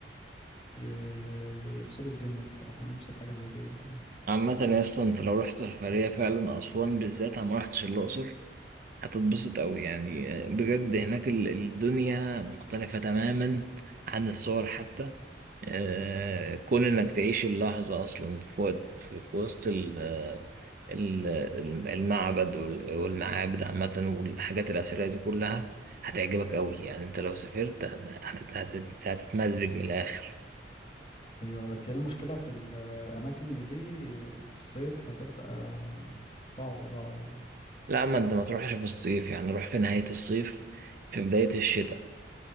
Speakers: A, on the left (about 30°); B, on the right (about 50°).
A: ي- ي- ي- يفصلوا الدنيا الصراحه انا نفسي في حاجه زي ديت يعني
B: عامة يا اسطى أنت لو رحت سفرية فعلا أسوان بالذات أنا ما رحتش الأقصر هتتبسط أوي يعني آه، بجد هناك ال- الدنيا مختلفة تماما عن الصور حتى آه، كون انك تعيش اللحظة اصلا في وقت- في في وسط ال- آه، ال- ال- المعبد وال- والمعابد عامة والحاجات الأثرية دي كلها هتعجبك أوي يعني أنت لو سافرت هت- هت- هت- هتتمزج من الآخر
A: ايوه بس هي المشكله في الاماكن اللي دي في الصيف هتبقى صعبه صعبه يعني
B: لا ما أنت ما تروحش في الصيف يعني روح في نهاية الصيف في بداية الشتاء